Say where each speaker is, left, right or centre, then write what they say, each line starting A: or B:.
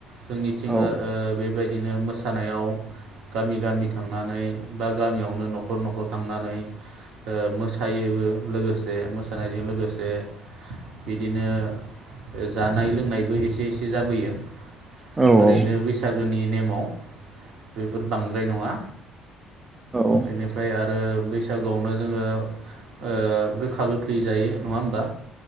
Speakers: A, on the right; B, on the right.
A: जोंनिथिंआ
B: औ
A: ओ बेबायदि बिदिनो मोसानायाव गामि गामि थांनानै बा गामियावनो न'खर न'खर थांनानै ओ मो मोसायोबो लोगोसे मोसानायजों लोगोसे बिदिनो जानाय लोंनायबो एसे एसे जाबोयो
B: औ
A: ओरैनो
B: औ
A: बैसागोनि माव बेफोर बांद्राय नङा
B: औ
A: बेनिफ्राय आरो बैसागुआवनो जोङो ओ गोखा गोखै जायो नङा होमबा?